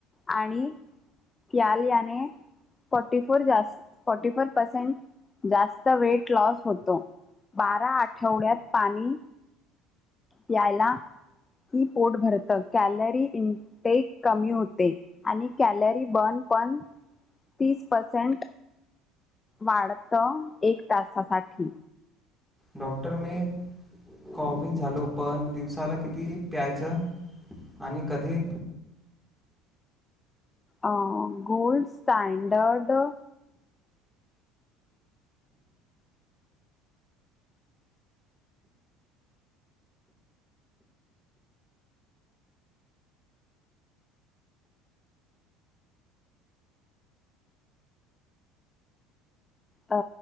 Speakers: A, on the left; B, in the centre.
A: आणि पल याने फटी फोर फॉर्टी फोर पर्सेंट जास्त वेट लॉस होतो. बारा आठवड्यात पाणी यायला की पोट भरत कॅलरी इनटेक कमी होते आणि कॅलरी बर्न पण तीस पर्सेंट वाढत एक तासासाठी.
B: डॉक्टर मी कोविन झालो पण दिवसाला किती प्यायचं आणि कधी?
A: अ गोल्ड स्टॅंडर्ड अ